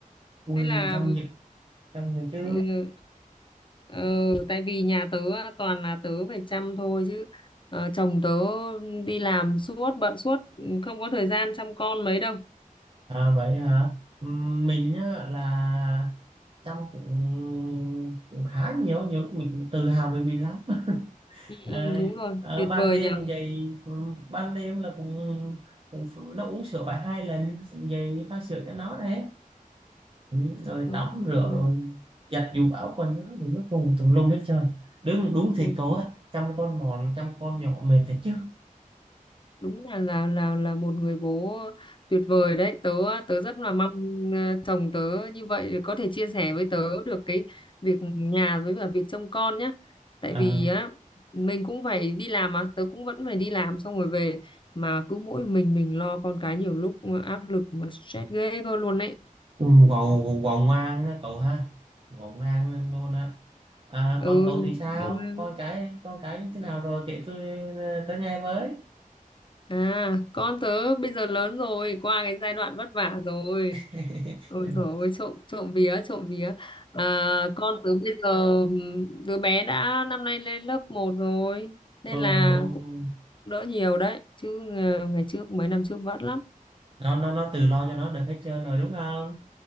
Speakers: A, on the right; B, on the left.
A: ui
B: Hay là
A: chăm gì chăm gì chứ
B: ừ, ừ, tại vì nhà tớ toàn là tớ phải chăm thôi chứ ờ, chồng tớ đi làm suốt bận suốt ừ, không có thời gian chăm con mấy đâu.
A: à vậy hả Ừm, mình á, là chăm cũng, cũng khá nhiều nhiều lúc mình cũng tự hào về mình lắm <laughs>
B: Ừ,
A: à,
B: ừ, đúng rồi,
A: ở
B: tuyệt
A: ban
B: vời
A: đêm
B: nhỉ.
A: cũng vậy Ừm, ban đêm là cũng, cũng ph- nó uống sữa phải hai lần cũng vậy pha sữa cho nó đấy Ừm, rồi
B: Ừ,
A: tắm rửa rồi giặt giũ áo quần cho nó cũng nó tùm tùm lum hết trơn đúng đúng thiệt
B: ôi,
A: cậu á chăm con mòn chăm con nhỏ mệt thật chứ
B: đúng là là là là một người bố tuyệt vời đấy. Tớ tớ rất là mong ờ, chồng tớ như vậy để có thể chia sẻ với tớ được cái việc nhà với cả việc trông con nhá. Tại
A: À,
B: vì á mình cũng phải đi làm mà, tớ cũng vẫn phải đi làm xong rồi về mà cứ mỗi mình mình lo con cái nhiều lúc áp lực mà stress ghê cơ luôn đấy.
A: Ngọn Ngọn ngoan á cậu ha Ngọn ngoan luôn á à,
B: Ừ,
A: Còn cậu thì sao
B: nhiều lúc-
A: Con cái con cái như thế nào rồi Kể tôi tới nghe với
B: à, con tớ bây giờ lớn rồi, qua cái giai đoạn vất vả rồi.
A: <laughs>
B: Ôi dồi ôi, trộm trộm vía trộm vía à, con tớ bây giờ ừm, đứa bé đã năm nay lên lớp một rồi nên
A: ừ,
B: là
A: ừ.
B: cũng đỡ nhiều đấy chứ ờ, ngày trước mấy năm trước vất lắm
A: Nó nó nó tự lo cho nó được hết trơn rồi đúng không